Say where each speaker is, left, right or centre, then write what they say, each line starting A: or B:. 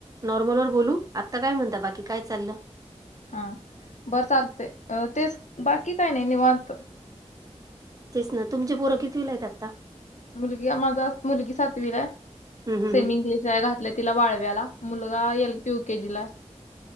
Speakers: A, on the right; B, on the left.
A: नॉर्मलवर बोलू आत्ता काय म्हणता, बाकी काय चाललं.
B: हा बरं चालतय अ तेच, बाकी काय नाही निवांत.
A: तेच ना तुमचे पोरं कितवीला हे आत
B: मुलगी आ माझ मुलगी सातवीला आहे,
A: हम्म हम्म
B: सेमी
A: हम्म
B: इंग्लिश ला घात तीला वाळव्याला मुलगा एल कयू केेजी लाय.